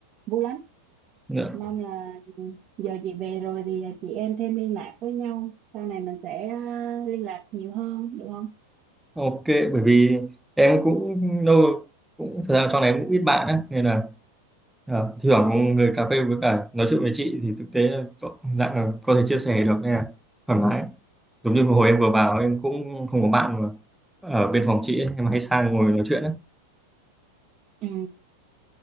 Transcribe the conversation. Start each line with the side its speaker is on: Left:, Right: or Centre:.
Right: vui lắm
Centre: Dạ.
Right: mong là giờ chị về rồi thì chị em thêm liên lạc với nhau sau này mình sẽ à, liên lạc nhiều hơn được không
Centre: Ok, bởi vì em cũng lâu cũng thời gian trong này em cũng ít bạn á nên là ờ, thưởng người cà phê với cả nói chuyện với chị thì thực tế là có- dạng là có thể chia sẻ được nên là thoải mái. Giống như hồi em vừa vào em cũng không có bạn mà ở bên phòng chị ấy, em hay sang ngồi nói chuyện á.
Right: ừ.